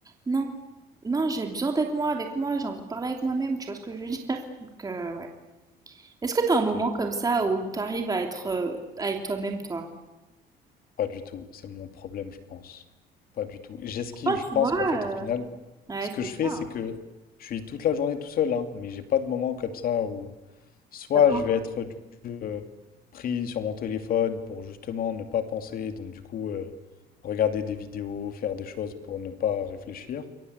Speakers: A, on the right; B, on the left.
A: Non, non, j'ai besoin d'être moi avec moi, j'ai envie de parler avec moi-même, tu vois ce que je veux dire? <laughs> Donc, euh, ouais. Est-ce que t'as un moment
B: Ok.
A: comme ça où t'arrives à être euh, avec toi-même, toi?
B: Pas du tout, c'est mon problème, je pense. Pas du tout. J'esquive,
A: Enfin,
B: je
A: tu
B: pense
A: vois,
B: qu'en fait,
A: euh,
B: au final,
A: ouais,
B: ce que
A: c'est
B: je fais,
A: ça.
B: c'est que je suis toute la journée tout seul, hein, mais j'ai pas de moment comme ça où soit
A: Ça part-
B: je vais être du- euh, pris sur mon téléphone pour justement ne pas penser, donc du coup, euh, regarder des vidéos, faire des choses pour ne pas réfléchir,